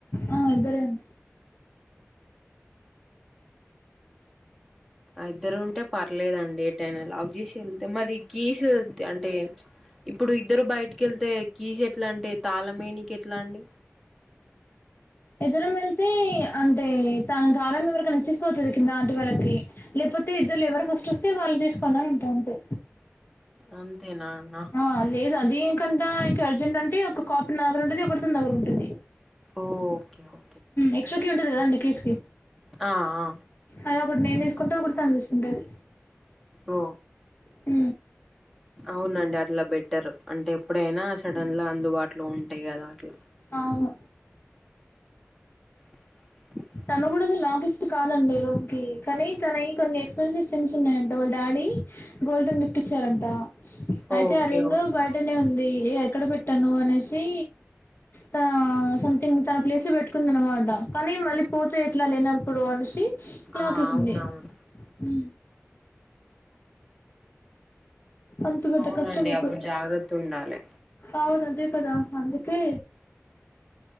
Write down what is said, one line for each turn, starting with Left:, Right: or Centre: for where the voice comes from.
Left: ఆ ఇద్దరే అం
Centre: ఆ ఇద్దరు ఉంటే పర్లేదండి ఏటైన లాక్ చేసి వెళ్తే మరి కీసు అంటే ఇప్పుడు ఇద్దరు బయటికి వెళ్తే కీజ్ ఎట్లా అంటే తాళమేనికి ఎట్లా అండి
Left: ఇద్దరం వెళ్తే అంటే తన తాలం ఎవరికైన ఇచ్చిసిపోతది కింద అంటీ వాళ్ళకి లేపోతే ఇద్దరలో ఎవరు ఫస్ట్ వస్తే వాళ్ళు తీసుకోనని అంటాం అంతే
Centre: అంతే నాన్
Left: ఆ లేదు అది ఇంకంట ఇంకా అర్జెంట్ అంటే ఒక కాపీ నా దగ్గర ఉంటుంది ఒకటి తన దగ్గర ఉంటుంది
Centre: ఓకే ఓ
Left: ఎక్స్ట్రా కీ ఉంటది కదా అండి కీస్ కి
Centre: ఆ ఆ
Left: అలా ఒకటి నేను తీసుకుంట ఒకటి తను తీసుకుంటది
Centre: ఓ
Left: ఉ
Centre: అవునండి అట్లా బెట్టర్ అంటే ఎప్పుడైనా సడన్ ల అందుబాటులో ఉంటాయి కదా అట్ల
Left: అవును
Centre: <inaudible>
Left: తను కూడా అసలు లాకిస్ట్ కాదండి రూమ్ కి కానీ తనయి కొన్ని ఎక్స్పెన్సెస్ థింగ్స్ ఉన్నాయంట వాళ్ళ డాడీ గోల్డెన్ గిఫ్ట్ ఇచ్చారంట అయితే
Centre: ఓకే
Left: అ రింగో
Centre: ఓ
Left: బ బైటనే ఉంది ఏ ఎక్కడ పెట్టను అనేసి తన సంథింగ్ తన ప్లేస్ లో పెట్టుకుంది అన్నమాట కానీ మళ్ళీ పోతే ఎట్లా లేనప్పుడు అనేసి లాకేసింది
Centre: ఆ అవునవును
Left: ఉ అంత పెద్ద
Centre: అవునండి
Left: కష్టం ఇప్పుడు
Centre: అప్పుడు జాగ్రత్త ఉండాలి
Left: అవును అదే కదా అందుకే